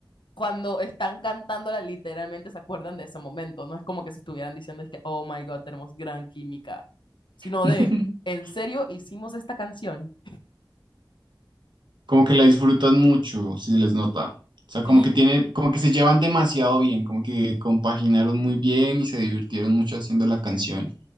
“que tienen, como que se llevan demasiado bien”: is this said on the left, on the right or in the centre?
Right